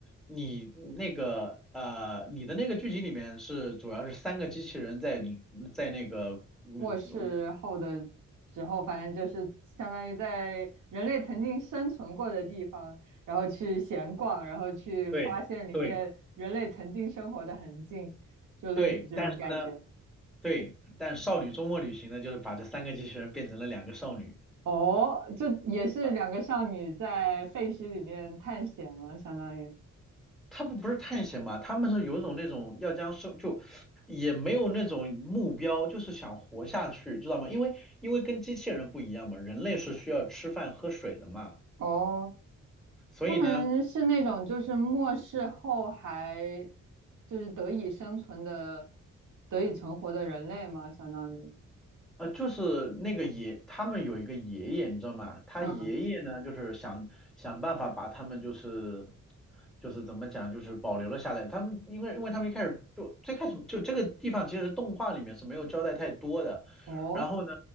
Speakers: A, in the centre; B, on the right.
A: 你那个呃，你的那个剧集里面是主要是三个机器人在在那个嗯
B: 末世后的时候，反正就是相当于在人类曾经生存过的地方，然后去闲逛，然后去发现里面人类曾经生活的痕迹，
A: 对。对
B: 就类似这种感觉。
A: 对，但是呢，对，但少女周末旅行呢，就是把这三个机器人变成了两个少女。
B: 哦，就也是两个少女在废墟里面探险嘛，
A: 啊，
B: 相当于。
A: 他们不是探险嘛，他们是有一种那种要将生就也没有那种目标，就是想活下去，知道吗？因为因为跟机器人不一样嘛，人类是需要吃饭喝水的嘛，
B: 哦，
A: 所以呢，
B: 他们是那种就是末世后还就是得以生存的、得以存活的人类嘛，相当于。
A: 呃，就是那个爷，他们有一个爷爷，你知道吗？他爷爷呢，
B: 嗯，
A: 就是想想办法把他们就是。就是怎么讲，就是保留了下来。他们因为因为他们一开始就最开始就这个地方其实动画里面是没有交代太多的，
B: 哦
A: 然后呢，